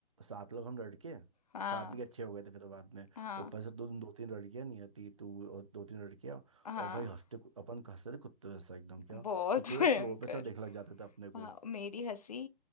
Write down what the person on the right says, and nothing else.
सात लोग हम लड़के
सात भी अच्छे हो गए थे फिर तो बाद में
ऊपर से दो दो तीन लड़कियां नहीं आती तू और दो तीन लड़कियां
और भाई हंसते अपन हंसते थे कुत्ते जैसा एकदम क्या
तो पूरे
फ्लोर पे सब देखने लग जाते थे अपने
को